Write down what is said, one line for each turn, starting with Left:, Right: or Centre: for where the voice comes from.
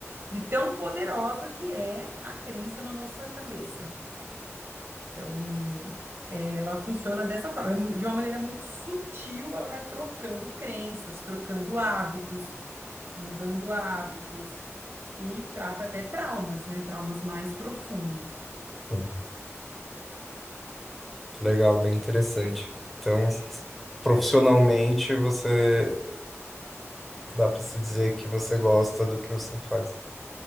Right: De tão poderosa que é a crença na nossa cabeça. Então, é, ela funciona dessa forma, é mu- de uma maneira muito sutil, ela vai trocando crenças, trocando hábitos, mudando hábitos e trata até traumas, né? Traumas mais profundos.
Centre: sim. Legal, bem interessante. Então, s- profissionalmente você dá para se dizer que você gosta do que você faz.